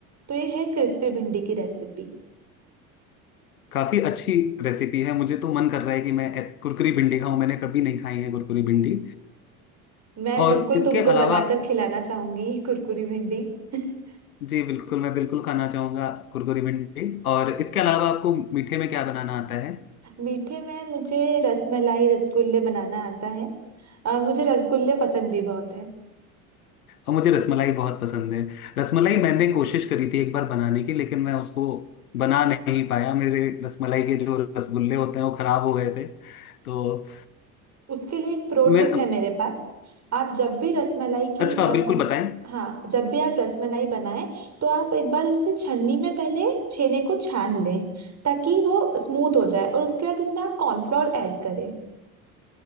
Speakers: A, on the right (about 40°); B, on the left (about 85°).
A: तो ये है क्रिस्पी भिंडी की रेसिपी
B: काफ़ी अच्छी रेसिपी है मुझे तो मन कर रहा है कि मैं ए- कुरकुरी भिंडी खाऊं मैंने कभी नहीं खाई है कुरकुरी भिंडी
A: मैं
B: और
A: बिल्कुल
B: इसके
A: तुमको
B: अलावा
A: बनाकर खिलाना चाहूंगी ये कुरकुरी भिंडी <laughs>
B: जी बिल्कुल मैं बिल्कुल खाना चाहूंगा कुरकुरी भिंडी और इसके अलावा आपको मीठे में क्या बनाना आता है
A: मीठे में मुझे रसमलाई रसगुल्ले बनाना आता है अ, मुझे रसगुल्ले पसंद भी बहुत है
B: और मुझे रसमलाई बहुत पसंद है रसमलाई मैंने कोशिश करी थी एक बार बनाने की लेकिन मैं उसको बना नहीं पाया मेरे रसमलाई के जो रसगुल्ले होते हैं वो खराब हो गए थे तो
A: उसके लिए एक प्रो
B: मैं
A: टिप है मेरे पास आप जब भी रसमलाई की
B: अच्छा
A: अम,
B: बिल्कुल बताएं
A: हाँ जब भी आप रसमलाई बनाएं तो आप एक बार उसे छन्नी में पहले छेने को छान लें ताकि वो स्मूथ हो जाए और उसके बाद उसमें आप कॉर्नफ्लोर ऐड करें